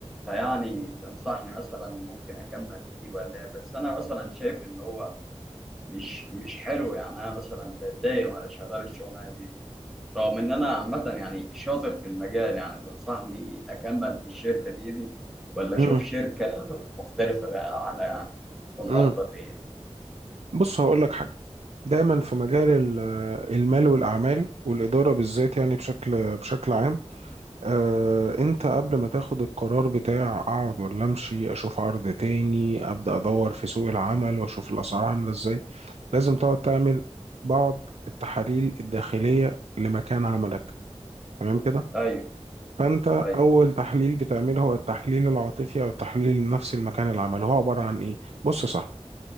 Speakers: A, in the centre; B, on the right (about 70°).
A: فيعني تنصحني مثلا ممكن اكمل فيه ولا إيه؟ بس انا مثلا شايف ان هو مش مش حلو يعني انا مثلا بتضايق وانا شغال الشغلانه دي, دي رغم ان انا عامه يعني شاطر في المجال يعني تنصحني اكمل في الشركه دي دي ولا اشوف
B: مم.
A: شركه مختلفه بقى عنها يعني تكون
B: مم.
A: افضل ليا
B: بص هقول لك حاجه دايما في مجال ال- المال والاعمال والاداره بالذات يعني بشكل بشكل عام آه، انت قبل ما تاخد القرار بتاع اقعد ولا امشي اشوف عرض تاني ابدا ادور في سوق العمل واشوف الاسعار عامله ازاي لازم تقعد تعمل بعض التحاليل الداخليه لمكان عملك تمام كده
A: ايوه
B: فانت
A: ايوه
B: اول تحليل بتعمله هو التحليل العاطفي او التحليل النفسي لمكان العمل هو عباره عن ايه بص صح